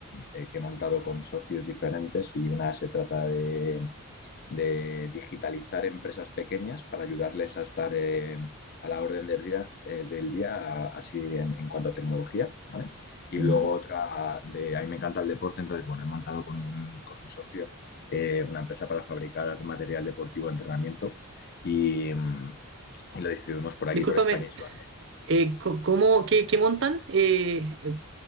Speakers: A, on the left (about 45°); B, on the right (about 60°).
A: eh, que he montado con socios diferentes y una se trata de, de digitalizar empresas pequeñas para ayudarles a estar eh, a la orden del día, eh, del día así en, en cuanto a tecnología, ¿vale? Y
B: Ujú.
A: luego otra de, a mí me encanta el deporte, entonces, bueno, he montado con un, con un socio eh, una empresa para fabricar material deportivo de entrenamiento y, mm, y lo distribuimos por aquí,
B: Discúlpame,
A: por España y Sudamérica.
B: eh, co- ¿cómo, qué, qué montan? Eh, eh,